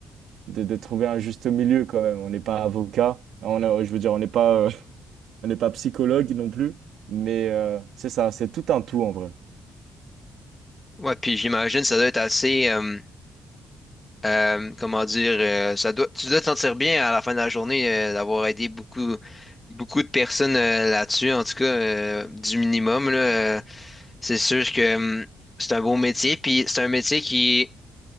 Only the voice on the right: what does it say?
de, de trouver un juste milieu quand même. On n'est pas avocat, on a- je veux dire, on n'est pas, euh, <laughs> on n'est pas psychologue non plus. Mais euh, c'est ça, c'est tout un tout en vrai.